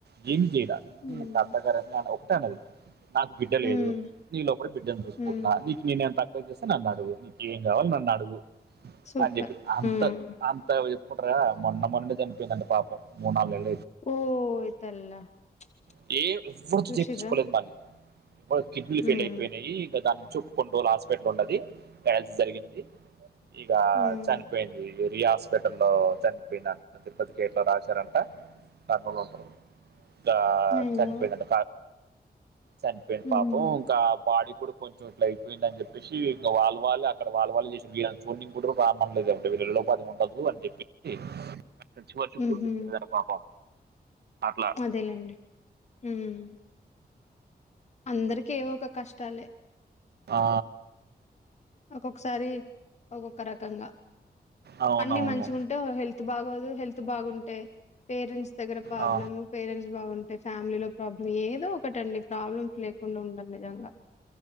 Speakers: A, on the right (about 80°); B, on the left (about 45°).
A: జం <unintelligible>
B: హ్మ్
A: నాకు బిడ్డ
B: హ్మ్
A: లేదు నీ లోప బిడ్డను చూసుకుంటున్నా
B: హ్మ్
A: నీకు నేనేంత తక్ నన్ను అడుగు నీకు ఎం కావాలి నన్ను అడుగు
B: సూపర్
A: అని చెప్పి అంత
B: హ్మ్
A: అంత మొన్న మొన్న జనిపోయింద అ ప పాపం మూడు నాలుగు వేళ
B: <unintelligible>
A: <unintelligible>
B: చూసిర్రా
A: కిడ్నీలు
B: హ్మ్
A: ఫెయిల్ అయిపోయినాయి ఇక దానికి చెప్పు కొని రోజులు హాస్పిటల్ ఉండది డైయాలసిస్ జరిగింది ఇక
B: హ్మ్
A: చనిపోయింది ఈ రయా హాస్పిటల్లో లో చనిపోయిన తిరుపతి గేట్ లో రాశారంట కర్నూలు ఉంటంది ఆ
B: అయ్యో
A: చనిపోయిందంట చనిపోయింది
B: హ్మ్
A: పాపం ఇంకా బాడీ కూడా కొంచెం ఇట్లా అయిందని చెప్పేసి ఇం వాళు అక్కడ వాళ్ వాళ్ళ చేసిన వీళ్ళని చూడింగ్ కూడా రామ్నలేదంటే వీళ్ పాధ ఉండదు అని చెప్పిసి చివరి చిరు
B: ఊహూ
A: చూసుకునే పాపం అట్లా
B: అదేలేండి ఉమ్ అందరికి ఏవో ఒక కష్టాలే
A: ఆ
B: ఒక్కొక్కసారి ఒక్కొక్క రకంగా
A: అవునవును
B: అన్ని మంచిగా ఉంటే హెల్త్ బాగోదు హెల్త్ బాగుంటాయి పేరెంట్స్ దగ్గర ప్రాబ్లము
A: ఆ,
B: పేరెంట్స్ బాగుంటాయి ఫ్యామిలీలో ప్రాబ్లం ఏదో ఒకటండి ప్రాబ్లమ్ లేకుండా ఉండడి నిజంగా